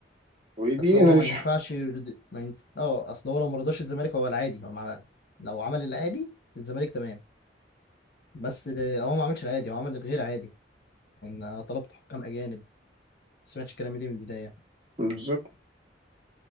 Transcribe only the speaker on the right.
ودي
انا
مش-
بالظبط